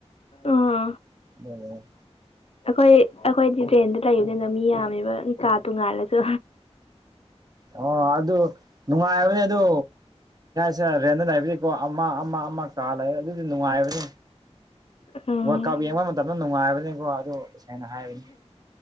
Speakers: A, on the left; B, on the right.
A: ꯑꯥ
B: ꯑꯣꯝ
A: ꯑꯩꯈꯣꯏ ꯑꯩꯈꯣꯏꯗꯤ ꯔꯦꯟꯗ ꯂꯩꯕꯅꯤꯅ ꯃꯤ ꯌꯥꯝꯃꯦꯕ ꯀꯥꯇꯣꯡꯉꯥꯜꯂꯁꯨ
B: ꯑꯣ ꯑꯗꯨ ꯅꯨꯡꯉꯥꯏꯕꯅꯦ ꯑꯗꯨ ꯁꯦ ꯔꯦꯟꯗ ꯂꯩꯕꯤꯔꯤꯀꯣ ꯑꯃ ꯑꯃ ꯑꯃ ꯀꯥ ꯂꯩꯔꯦ ꯑꯗꯨꯗꯤ ꯅꯨꯡꯉꯥꯏꯕꯅꯤ
A: ꯎꯝ
B: ꯋꯥꯔꯀꯞ ꯌꯦꯡꯕ ꯃꯇꯝꯗ ꯅꯨꯡꯉꯥꯏꯕꯅꯤꯀꯣ ꯑꯗꯨ ꯇꯁꯥꯏꯅ ꯍꯥꯏꯕꯅꯤ